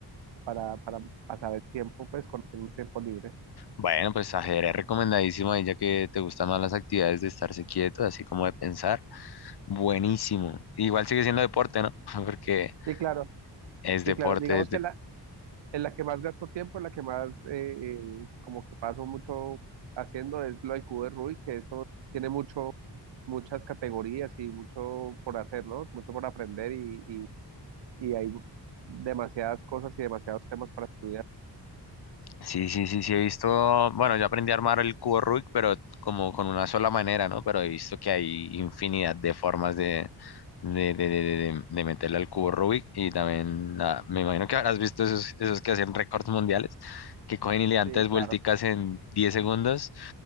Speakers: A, on the right; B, on the left.
A: para, para pasar el tiempo, pues cuando tengo tiempo libre.
B: Bueno, pues ajedrez recomendadísimo ahí, ya que te gustan más las actividades de estarse quieto, así como de pensar. Buenísimo. Igual sigue siendo deporte, ¿no? <laughs> Porque
A: Sí, claro,
B: es
A: sí,
B: deporte,
A: claro, digamos que la, en la que más gasto tiempo, en la que más eh, eh, como que paso mucho haciendo es lo del cubo de Rubik, que eso tiene mucho, muchas categorías y mucho por hacer, ¿no? Mucho por aprender y, y, y hay demasiadas cosas y demasiados temas para estudiar.
B: Sí, sí, sí, sí, he visto, bueno, yo aprendí a armar el cubo Rubik, pero como con una sola manera, ¿no? Pero he visto que hay infinidad de formas de, de, de, de, de- de- de meterle al cubo Rubik y también ah, me imagino que habrás visto esos, esos que hacen récords mundiales, que cogen y le dan
A: Sí,
B: tres
A: claro,
B: vuelticas en 10 segundos